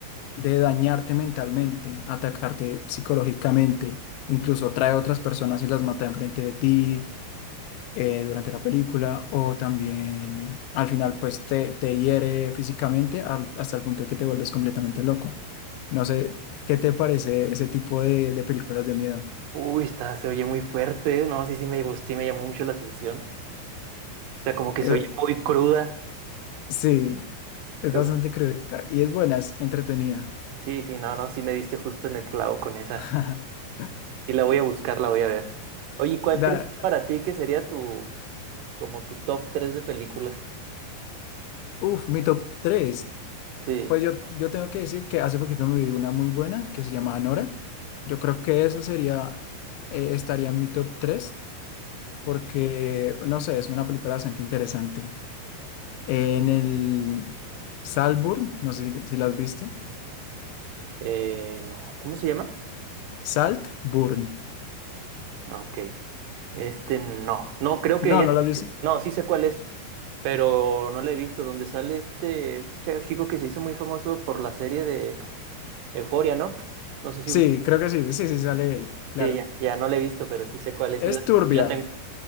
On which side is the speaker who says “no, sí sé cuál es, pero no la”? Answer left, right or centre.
Right